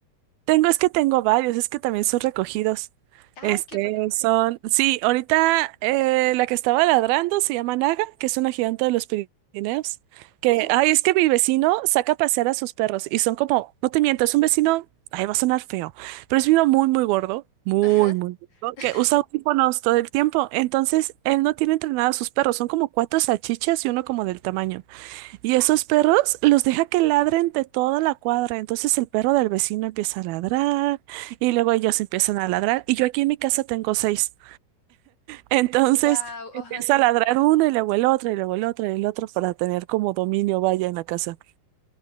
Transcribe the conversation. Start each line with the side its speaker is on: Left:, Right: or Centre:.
Right: Tengo, es que tengo varios, es que también son recogidos.
Left: <laughs> Ay,
Right: Este,
Left: qué buena onda.
Right: son, sí, ahorita eh, la que estaba ladrando se llama Naga, que es una gigante de los Pirineos, que, ay, es que mi vecino saca a pasear a sus perros y son como, no te miento, es un vecino, ay, va a sonar feo, pero es uno muy, muy gordo, muy,
Left: Ajá.
Right: muy gordo,
Left: <laughs>
Right: que usa audífonos todo el tiempo, entonces él no tiene entrenado a sus perros, son como cuatro salchichas y uno como del tamaño. Y esos perros los deja que ladren de toda la cuadra. Entonces el perro del vecino empieza a ladrar y luego ellos empiezan a ladrar. Y yo aquí en mi casa tengo seis. Entonces
Left: Wow,
Right: empieza
Left: ajá.
Right: a ladrar uno y luego el otro y luego el otro y el otro para tener como dominio vaya en la casa.